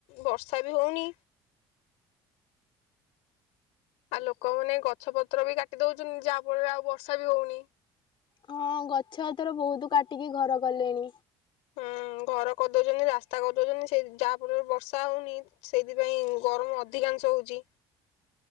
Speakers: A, on the left (about 85°); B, on the left (about 50°).
A: ବର୍ଷା ବି ହଉନି ଆଉ ଲୋକମାନେ ଗଛ ପତ୍ର ପତ୍ର ବି କାଟି ଦଉଛନ୍ତି ଯାହା ଫଳରେ ଆଉ ବର୍ଷା ବି ହଉନି
B: ହଁ ଗଛ ଏଥର ବହୁତ କାଟିକି ଘର କଲେଣି
A: ହୁଁ ଘର କରିଦଉଛନ୍ତି ରାସ୍ତା କରିଦଉଛନ୍ତି ସେଇ ଯାହା ଫଳରେ ବର୍ଷା ହଉନି ସେଇଥିପାଇଁ ଗରମ ଅଧିକାଂଶ ହଉଛି